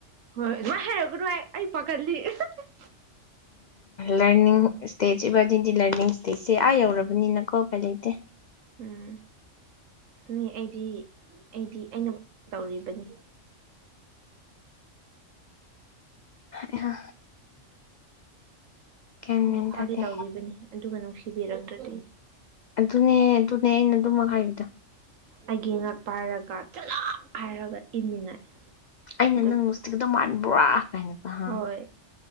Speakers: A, on the right; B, on the left.
A: ꯍꯣꯏ ꯑꯗꯨꯃꯥꯥꯏ ꯍꯥꯏꯔꯛꯀꯅꯨ ꯍꯦ ꯑꯩ ꯄꯥꯈꯠꯂꯤ ꯑ ꯍꯤ ꯍꯤ
B: ꯂꯔꯅꯤꯡ ꯏꯁꯇꯦꯖ ꯏꯕꯥꯗꯤꯗꯤ ꯂꯔꯅꯤꯡ ꯏꯁꯇꯦꯖꯁꯦ ꯑꯥ ꯌꯧꯔꯕꯅꯤꯅꯀꯣ ꯎꯄꯥꯏ ꯂꯩꯇꯦ
A: ꯎꯝ ꯁꯨꯃꯤ ꯑꯩꯗꯤ ꯑꯩꯗꯤ ꯑꯩꯅ- ꯇꯧꯔꯤꯕꯅꯤ
B: ꯍ ꯑꯦ ꯍ ꯒ꯭ꯌꯥꯟ
A: ꯂꯧꯁꯤꯟꯕ ꯉꯝꯗꯕ
B: ꯃꯦꯟ
A: ꯑꯩꯅ ꯐꯥꯒꯦ
B: ꯇꯥꯗꯦ
A: ꯇꯧꯔꯤꯕꯅꯤ ꯑꯗꯨꯒ ꯅꯨꯡꯁꯤ- ꯊꯤꯕꯤꯔꯛꯇ꯭ꯔꯗꯤ
B: ꯑꯗꯨꯅꯦ ꯑꯗꯨꯅꯦ ꯑꯩꯅ ꯑꯗꯨꯃꯛ ꯍꯥꯏꯕꯗꯣ
A: ꯑꯩꯒꯤ ꯉꯛ ꯄꯥꯏꯔꯒ ꯆꯠꯂꯣ ꯍꯥꯏꯔꯒ ꯏꯅꯤꯡꯉꯥꯏ
B: ꯑꯩꯅ
A: ꯑꯗꯨ
B: ꯅꯪ ꯅꯨꯡꯁꯤꯒꯗꯧ ꯃꯥꯟꯕ꯭ꯔꯥ ꯀꯥꯏꯅꯀꯣ ꯍꯥ
A: ꯍꯣꯏ